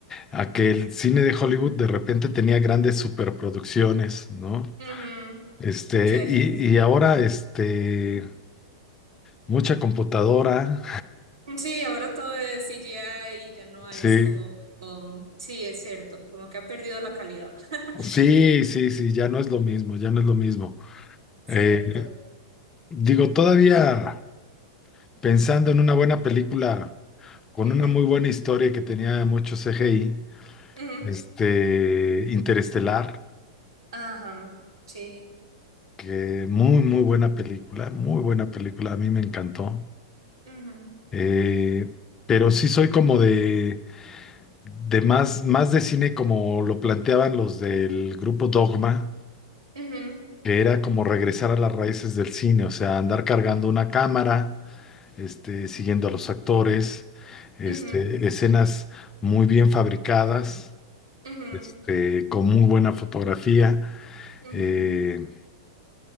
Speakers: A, on the left; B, on the right.
A: a que el cine de Hollywood de repente tenía grandes superproducciones, ¿no?
B: Ujú,
A: Este,
B: cierto.
A: y, y ahora, este, mucha computadora.
B: Sí, ahora todo es CGI y ya no es
A: Sí,
B: como... um, sí, es cierto, como que ha perdido la calidad. <laughs>
A: sí, sí, sí, ya no es lo mismo, ya no es lo mismo.
B: Cierto.
A: Eh, digo, todavía pensando en una buena película con
B: Ujú,
A: una muy buena historia que tenía mucho CGI.
B: ujú.
A: Este, Interestelar,
B: Ajá, sí.
A: que muy, muy buena película, muy buena película, a mí me encantó.
B: Ujú,
A: Eh, pero sí soy como de, de más, más de cine como lo planteaban los del grupo Dogma,
B: ujú,
A: que era como regresar a las raíces del cine, o sea, andar cargando una cámara, este, siguiendo a los actores, este,
B: ujú,
A: escenas muy bien fabricadas,
B: ujú,
A: este, con muy buena fotografía.
B: ujú.
A: eh,